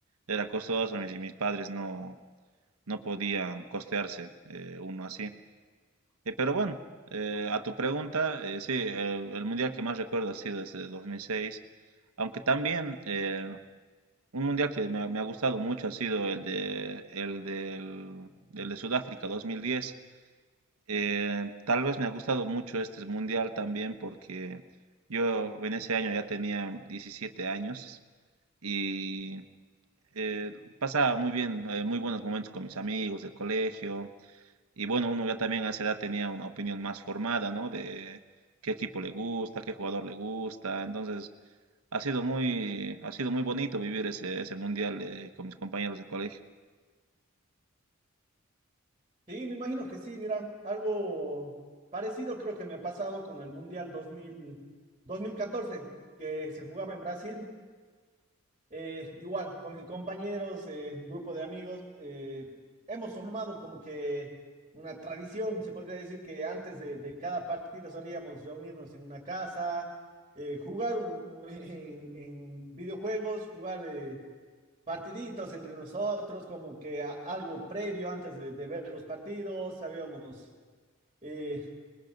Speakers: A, on the right (about 85°); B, on the right (about 25°).
A: era costoso, mis, mis padres no, no podían costearse eh, uno así. Eh, pero bueno, eh, a tu pregunta, eh, sí, el, el mundial que más recuerdo ha sido desde 2006, aunque también... eh, un mundial que me, ha me ha gustado mucho ha sido el de, el del, el de Sudáfrica 2010. Eh, tal vez me ha gustado mucho este mundial también porque yo en ese año ya tenía 17 años y eh, pasaba muy bien, eh, muy buenos momentos con mis amigos del colegio. Y bueno, uno ya también a esa edad tenía una opinión más formada, ¿no? De qué equipo le gusta, qué jugador le gusta. Entonces, ha sido muy, ha sido muy bonito vivir ese, ese mundial eh, con mis compañeros de colegio.
B: Sí, me imagino que sí, mira, algo parecido creo que me ha pasado con el Mundial dos dos mil dos mil catorce que se jugaba en Brasil. Eh, igual, con mis compañeros, eh, grupo de amigos, eh, hemos formado como que una tradición, se podría decir que antes de, de cada partido solíamos reunirnos en una casa, eh, jugar un- un- <laughs> en, en videojuegos, jugar... eh, partiditos entre nosotros, como que algo previo antes de, de ver los partidos, sabíamos eh,